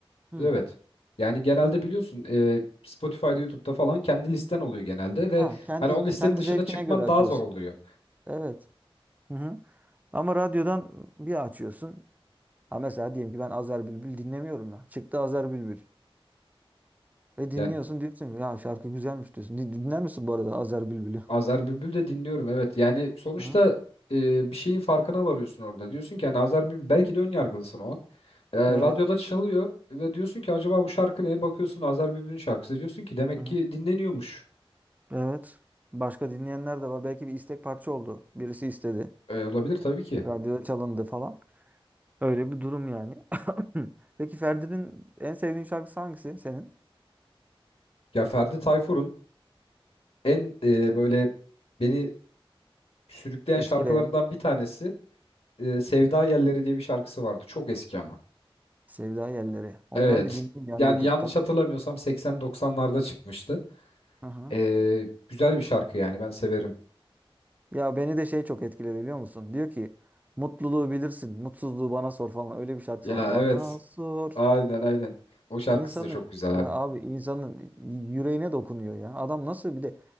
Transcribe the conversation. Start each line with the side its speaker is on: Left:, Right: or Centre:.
Right: hı,
Left: Evet. Yani genelde biliyorsun e, Spotify'da, YouTube'da falan kendi listen oluyor genelde ve
Right: ha, kendi
Left: hani o listenin
Right: kendi
Left: dışına
Right: zevkine
Left: çıkman
Right: göre açıyorsun.
Left: daha zor oluyor.
Right: Evet. Hı hı. Ama radyodan bir açıyorsun. Ha mesela diyelim ki ben Azer Bülbül dinlemiyorum ya. Çıktı Azer Bülbül. Ve dinliyorsun
Left: Yani
Right: diyorsun ki, ya şarkı güzelmiş diyorsun. Din- Dinler misin bu arada Azer Bülbül'ü?
Left: Azer Bülbül de dinliyorum evet. Yani sonuçta
Right: Hı hı.
Left: e, bir şeyin farkına varıyorsun orada. Diyorsun ki hani Azer Bülbül belki de ön yargılısın o an. E,
Right: Evet.
Left: radyoda çalıyor ve diyorsun ki acaba bu şarkı ne? Bakıyorsun Azer Bülbül'ün şarkısı. Diyorsun ki demek
Right: Hı hı.
Left: ki dinleniyormuş.
Right: Evet. Başka dinleyenler de var. Belki bir istek parça oldu. Birisi istedi.
Left: E, olabilir tabii ki.
Right: Radyoda çalındı falan. Öyle bir durum yani. <laughs> <coughs> Peki Ferdi'nin en sevdiğin şarkısı hangisi senin?
Left: Ya Ferdi Tayfur'un en e, böyle beni sürükleyen
Right: Etkileyen.
Left: şarkılarından bir tanesi e, Sevda Yelleri diye bir şarkısı vardı. Çok eski ama.
Right: Sevda Yelleri. Onu
Left: Evet.
Right: ben bir dinleyeyim ya
Left: Yani
Right: YouTube'dan.
Left: yanlış hatırlamıyorsam 80-90'larda çıkmıştı.
Right: Aha.
Left: E, güzel bir şarkı yani ben severim.
Right: Ya beni de şey çok etkiledi biliyor musun? Diyor ki mutluluğu bilirsin, mutsuzluğu bana sor falan. Öyle bir şarkısı
Left: Ya
Right: var. Bana
Left: evet.
Right: sor.
Left: Aynen aynen. O şarkısı
Right: İnsanın
Left: da çok güzel
Right: ya
Left: abi.
Right: abi insanın yüreğine dokunuyor ya. Adam nasıl bir de